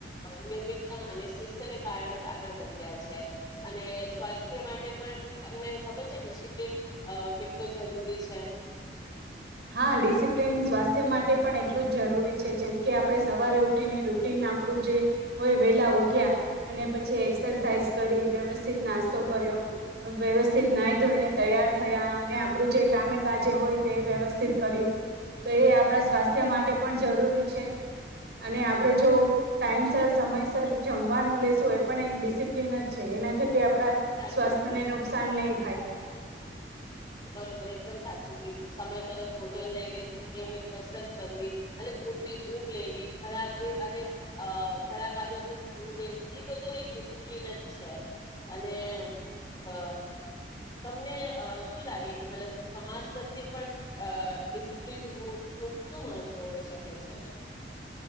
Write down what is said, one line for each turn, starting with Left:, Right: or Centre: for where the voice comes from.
Left: નિયમિતતા અને શિષ્ટને કારણે જ આગળ વધ્યા છે. અને સ્વાસ્થ્ય માટે પણ તમને ખબર છે ડિસિપ્લન કેટલો જરૂરી છે?
Right: હા! ડિસિપ્લિન સ્વાસ્થ્ય માટે પણ એટલું જ જરૂરી છે. જેમ કે આપણે સવારે ઉઠીને રૂટીન આપણું જે હોય વેલા ઉઠ્યા અને પછી એક્સરસાાઈઝ કરી વ્યવસ્થિત નાસ નાસ્તો કર્યો.
Left: હમ
Right: વ્યવસ્થિત ના ધોઈને તૈયાર થયા અને આપણું જે કામે કાજે હોય તે વ્યવસ્થા સ્થિત કર્યું. તો એ આપણા સ્વાસ્થ્ય માટે પણ જરૂરી છે અને આપણે જો ટાઈમસર સમયસર જમવાનું લેશું એ પણ એક ડિસિપ્લિન જ છેએના થકી આ આપડા
Left: સાચું
Right: સ્વાસ્થ્યને
Left: કીધું
Right: નુકસાન નઈ થાય.
Left: બરોબર એકદમ સાચું કીધું. સમયસર ભોજન લઈ લેવું, નિયમિત કસરત કરવી અને પૂરતી ઊંઘ લેવી ખરાબ એ અને અ ખરાબ આદોથી દૂર રહેવું હેવું એ બધું એક ડિસિપ્લિન જ છે. અને અ તમને અ શું લાગે કે મતલબ સમાજ પ્રત્યે પણ ડિસિપ્લિન હો નુ શું મહત્વ હોઈ શકે છે? જ <unintelligible>